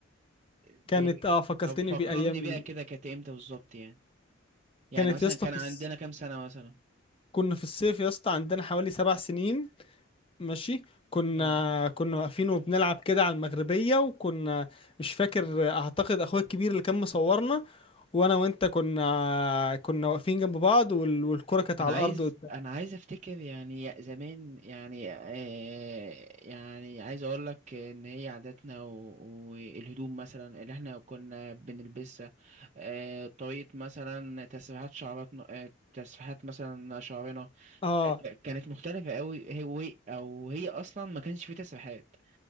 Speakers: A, on the right; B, on the left.
A: دي
B: كانت اه فكرتني
A: طب فكرني
B: بايام
A: بيها
B: ال...
A: كده كانت امتى بالظبط يعني يعني
B: كانت
A: مثلا
B: يا اسطى
A: كان
B: في
A: عندنا
B: الس...
A: كام سنة مثلا
B: كنا في الصيف يا اسطى عندنا حوالي سبع سنين ماشي كنا
A: اه
B: كنا واقفين وبنلعب كده على المغربيه وكنا مش فاكر اعتقد اخويا الكبير اللي كان مصورنا وانا وانت كنا كنا واقفين جنب بعض وال... والكرة كانت
A: انا
B: على
A: عايز
B: الارض قدام
A: انا عايز افتكر يعني زمان يعني آه يعني عايز اقول لك ان هي عاداتنا و- والهدوم مثلا اللي احنا كنا بنلبسها آه طريقة مثلا تسريحات شعراتنا آه تسريحات مثلا شعرنا
B: اه
A: آه، ك- كانت مختلفة قوي هي وي- او هي اصلا ما كانش في تسريحات